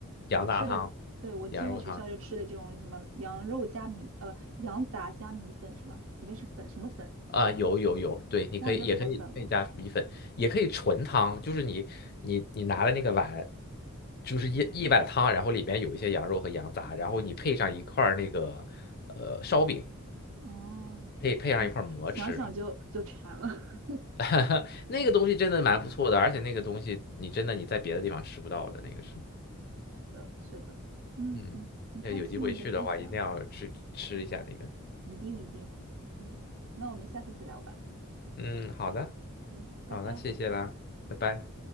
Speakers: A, on the left; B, on the right.
A: 羊杂汤、
B: 我吃的，对，我今天在学校就吃的这种，
A: 羊肉汤。
B: 就什么羊肉加米，呃，羊杂加米粉是吧？里面是粉什么粉，
A: 啊，有有有，对，你可以也可以可以加米粉，
B: 忘记叫什么粉了。
A: 也可以纯汤，就是你你你拿了那个碗，就是一一碗汤，然后里面有一些羊肉和羊杂，然后你配上一块儿那个呃烧饼，
B: 哦，
A: 配配上一块儿馍吃，
B: 感想想就就馋了。<laughs>
A: <laughs> 那个东西真的蛮不错的，而且那个东西你真的你在别的地方吃不到的那个是，
B: 是的，是的，嗯嗯，
A: 嗯，
B: 很开心你的分享，
A: 要有机会去的话一定要去吃一下那个，
B: 一定一定，嗯，那我们下次再聊吧，
A: 嗯，好的
B: 嗯，拜拜。
A: 好的，谢谢啦，拜拜。